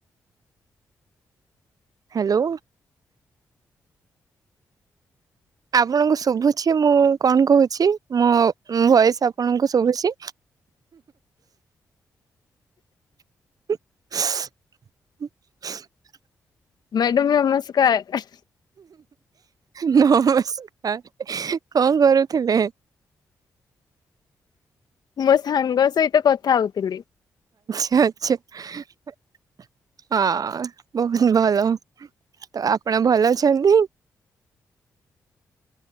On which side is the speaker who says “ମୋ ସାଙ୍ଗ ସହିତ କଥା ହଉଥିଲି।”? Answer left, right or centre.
Left